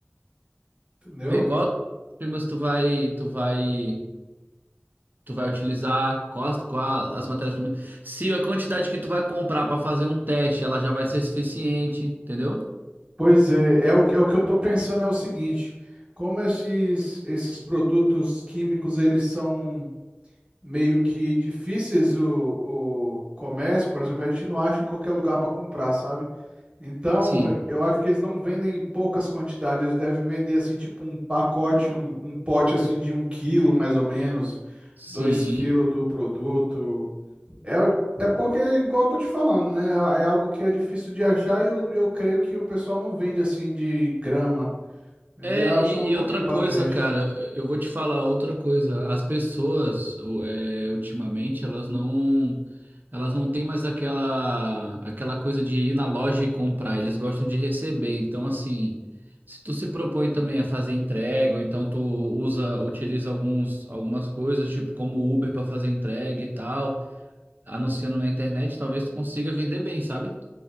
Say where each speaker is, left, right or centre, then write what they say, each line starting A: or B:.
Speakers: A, on the right; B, on the right.
A: entendeu?
B: vê qual primas tu vai, tu vai tu vai utilizar, quais, quais as matérias-primas. Se a quantidade que tu vai comprar para fazer um teste, ela já vai ser suficiente, entendeu?
A: Pois é, é o, é o que eu estou pensando é o seguinte, como esses, esses produtos químicos, eles são meio que difíceis o, o comércio, por exemplo, a gente não acha em qualquer lugar para comprar, sabe? Então,
B: Sim,
A: eu acho que eles não vendem em poucas quantidades, eles devem vender assim, tipo um pacote, um, um pote assim de um quilo, mais ou menos,
B: sim.
A: dois quilos do produto. É, é porque, igual eu tô te falando, né? É algo que é difícil de achar e eu, eu creio que o pessoal não vende assim de grama. Vender
B: É,
A: ah,
B: e,
A: só um pouquinho
B: e outra
A: para
B: coisa,
A: teste.
B: cara, eu vou te falar outra coisa. As pessoas, o- é, ultimamente, elas não, elas não têm mais aquela, aquela coisa de ir na loja e comprar. Eles gostam de receber. Então, assim, se tu se propõe também a fazer entrega, ou então tu usa, utiliza alguns, algumas coisas, tipo como Uber para fazer entrega e tal, anunciando na internet, talvez tu consiga vender bem, sabe?